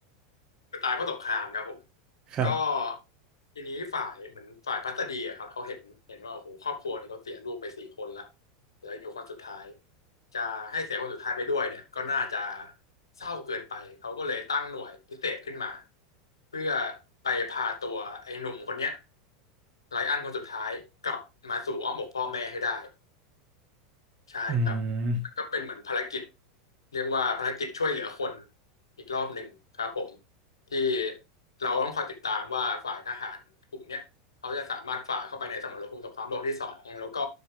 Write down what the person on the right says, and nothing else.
<laughs> ครับ
อืม